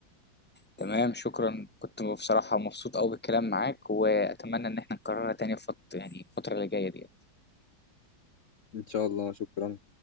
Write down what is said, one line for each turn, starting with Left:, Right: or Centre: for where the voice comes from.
Centre: تمام شكرا كنت بصراحة مبسوط أوي بالكلام معاك وأتمنى إن احنا نكررها تاني في فت... يعني الفترة اللي جاية دي
Left: ان شاء الله شكرا